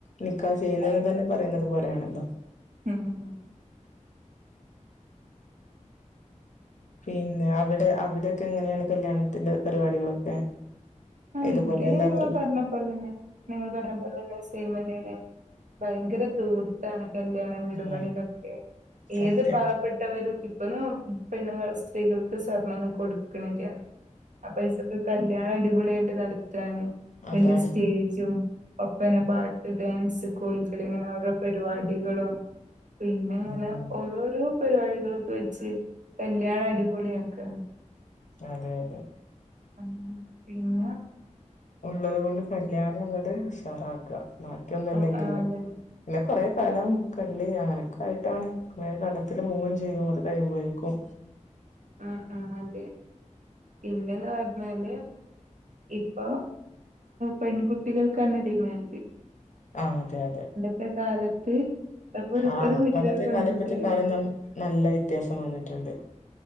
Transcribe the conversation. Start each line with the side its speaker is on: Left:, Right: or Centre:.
Left: നിക്കാഹ് ചെയ്യുന്നത്
Right: അതെ
Left: തന്നെ പറയുന്നത് പോലെയാണല്ലോ
Right: ഉം ഉം
Left: പിന്നെ അവിടെ അവിടെയക്കെ എങ്ങനെയാണ് കല്യാണത്തിന്റെ പരിപാടികളൊക്കെ
Right: ആഹ്
Left: ഇതുപോലെ
Right: ഇവിടെ
Left: എല്ലാവരും
Right: നിങ്ങൾ പറഞ്ഞ അത്പേലെന്നെ നിങ്ങൾ പറഞ്ഞ പോലെ തന്നെ സെയിം തനെയാണ് ഭയങ്കരം ദൂർത്താണ് കല്യാണം വീടുകളിലൊക്കെ
Left: ഉം സത്യം
Right: ഏത് പാ പെട്ടവരും ഇപ്പൊന്ന പെണ്ണുങ്ങൾ സ്ത്രീകൾക്ക് സ്വർണ്ണം കൊടുക്ണില്യാ ആ പൈസക്കെ കല്യാണം അടിപൊളിയായിട്ട് നടത്താണ്
Left: അതാണ്
Right: വല്യസ്റ്റേജും ഒപ്പനെ പാട്ട് ഡാൻസ് കോൽകളീം ഇങ്ങനെ ഓരോ പരിപാടികളും പിന്നെ ഇങ്ങനെ
Left: ഉം ഉം
Right: ഓരോരോ പരിപാടികളൊക്കെ വെച്ച് കല്യാണം അടിപൊളിയാക്ക
Left: അതെ അതെ
Right: ഉം ഇങ്ങളെ
Left: ഉള്ളത് കൊണ്ട് കല്യാണം അങ്ങോട്ട് ഉഷാറാക്ക ബാക്കിയൊന്നു ഇല്ലെങ്കിലും
Right: ആഹ് ആഹ് അതന്നെ
Left: പിന്നെ കൊറെേ കടം കള്ളി അങ്ങനെയൊക്കെ ആയിട്ടാണ് കടത്തില് മുങ്ങും ചെയും കഴിയുമ്പോഴേക്കും
Right: ആഹ് ആഹ് അതെ പിന്നെന്ന് പറഞ്ഞാല് ഇ പ്പെ പെൺകുട്ടികൾക്കാണ് ഡിമാൻഡ്
Left: ആഹ്‌ അതെ അതെ
Right: ഒര് കാലത്ത് ഒരു
Left: ആഹ
Right: ഒരു വീട്ടിലൊരു
Left: പണ്ടത്തെ
Right: പെൺകുട്ടി
Left: കാലം ഇപ്പത്തെ കാലംന്നും നല്ല വ്യത്യാസം വന്നിട്ടുണ്ട്